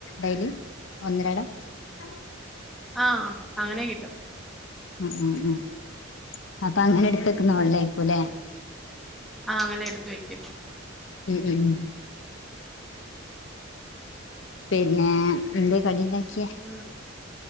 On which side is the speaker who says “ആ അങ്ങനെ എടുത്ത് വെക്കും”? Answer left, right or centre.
Centre